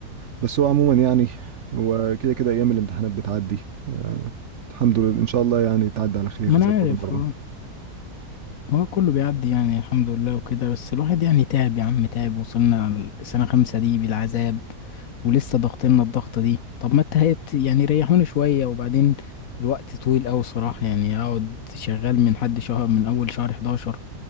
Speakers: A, on the right; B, on the left.
A: بس هو عموما يعني هو كده كده ايام الامتحانات بتعدي آه، الحمد لله ان شاء الله يعني تعدي على خير
B: ما انا
A: زي كل
B: عارف
A: مره
B: هو كله بيعدي يعني الحمد لله وكده بس الواحد يعني تعب يا عم تعب وصلنا لسنة خمسة دي بالعذاب ولسه ضاغطيننا الضغطة دي طب ما التهيت يعني ريحوني شوية وبعدين الوقت طويل أوي صراحة يعني أقعد شغال من حد شهر من أول شهر 11